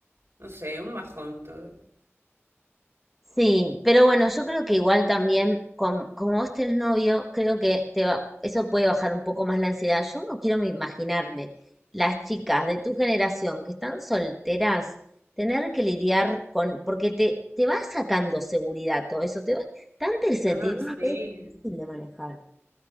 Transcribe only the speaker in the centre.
Sí, pero bueno, yo creo que igual también, com- como vos tenés novio, creo que te va, eso puede bajar un poco más la ansiedad. Yo no quiero me imaginarme las chicas de tu generación que están solteras, tener que lidiar con, porque te, te va sacando seguridad todo eso, te va, tanta incertidumbre
es difícil de manejar.